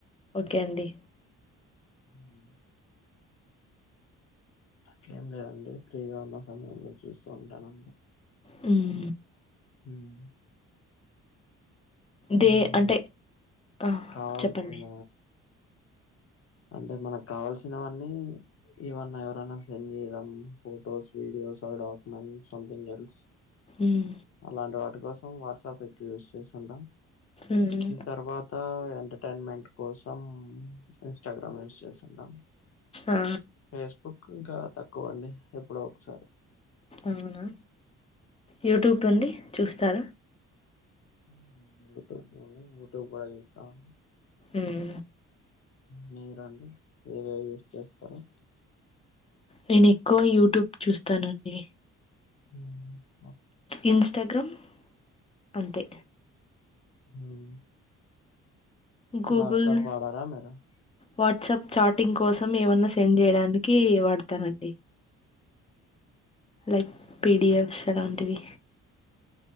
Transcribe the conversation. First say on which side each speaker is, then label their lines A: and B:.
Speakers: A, on the left (about 20°); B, on the left (about 50°).
A: ఓకే అండి
B: ఉమ్ మా అట్లేం లేదండి ఫ్రీగా ఉన్న సమయంలో చూస్తూ ఉంటాను
A: హ్మ్మ్
B: హ్మ్
A: దే
B: మనం
A: అంటే ఆ,
B: కాల్స్
A: చెప్పండి
B: ఇల అంటే మనక్ కావల్సినవన్నీ ఏవన్నా ఎవరన్నా సెంజ్ చేయడం photos videos or documents something else
A: ఉమ్,
B: అలాంటి వాటి కోసం వాట్సాప్ ఎక్కువ యూస్ చేస్తుంటా
A: ఉమ్,
B: తర్వాత ఎంటర్టైన్మెంట్ కోసం ఇంస్ట్రా గ్రామ్ యూస్ చేస్తుంటాం
A: ఆ,
B: ఫేస్ బుక్ ఇంకా తక్కువ అండి ఎప్పుడో ఒకసారి
A: అవునా యూట్యూబ్ తొండి చూస్తార
B: హ్మ్ యూట్యూబా అండి యూట్యూబ్ కూడా చూస్తాం
A: ఉమ్
B: మీరండి ఏవేవి యూస్ చేస్తరు
A: నేను ఎక్కువ యూట్యూబ్ చూస్తానండి
B: ఉమ్
A: ఇన్ స్ట గ్రామ్ అంతే
B: ఉమ్
A: గూగుల్,
B: వాట్ సప్ వాడార మేడమ్
A: వాట్సాప్ చాటింగ్ కోసం ఏమన్నా సెండ్ చేయడానికి వాడతానండి లైక్ పిడిఎఫ్స్
B: ఓకే
A: అలాంటివి